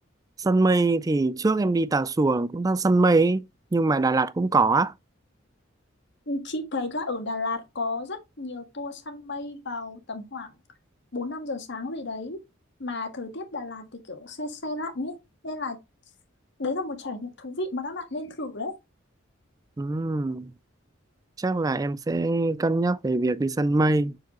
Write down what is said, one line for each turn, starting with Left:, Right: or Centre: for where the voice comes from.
Right: săn mây thì trước em đi Tà Xùa cũng đang săn mây ấy, nhưng mà Đà Lạt cũng có á
Left: Chị thấy là ở Đà Lạt có rất nhiều tour săn mây vào tầm khoảng 4 5 giờ sáng gì đấy mà thời tiết Đà Lạt thì kiểu se se lạnh ấy nên là đấy là một trải nghiệm thú vị mà các bạn nên thử đấy.
Right: Ừm, chắc là em sẽ cân nhắc về việc đi săn mây